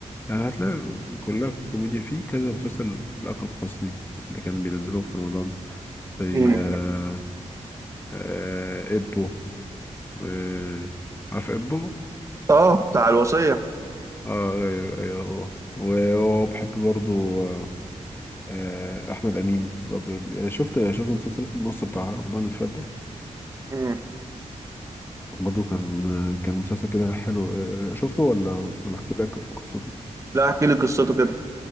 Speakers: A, on the left; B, on the right.
A: يعني هتلاقي كلها كوميديا فيه كذا مسلسل لأكرم حسني اللي كان بينزلهم في رمضان زي
B: مم.
A: آه آه إبو آه عارف إبو؟
B: اه بتاع الوصيه
A: آه أيوه أيوه هو وبحب برضه آه، آه، احمد امين برضو ال- شفت شفت مسلسل النص بتاع رمضان اللي فات ده
B: مم.
A: برضو كان آه، كان مسلسل كده حلو آه، آه، شفته ولا ولا احكي لك قصته
B: لا احكي لي قصته كده